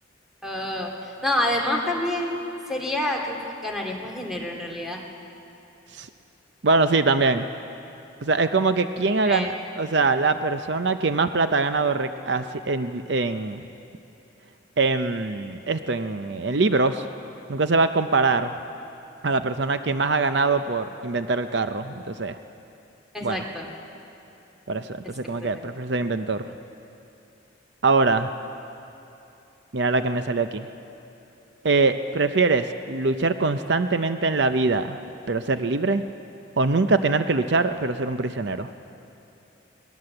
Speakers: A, in the centre; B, on the right (about 60°).
A: Ah, no, además también sería, creo que ganarías más dinero en realidad.
B: S- Bueno, sí, también. O sea, es como que quién ha
A: Eh,
B: ganado, o sea, la persona que más plata ha ganado rec- así en, di- en, en esto, en, en libros, nunca se va a comparar a la persona que más ha ganado por inventar el carro. Entonces,
A: exacto.
B: bueno, por eso. Entonces,
A: Exacto,
B: como que
A: exacto.
B: prefiero ser inventor. Ahora, mira la que me salió aquí. Eh, ¿prefieres luchar constantemente en la vida, pero ser libre? ¿O nunca tener que luchar, pero ser un prisionero?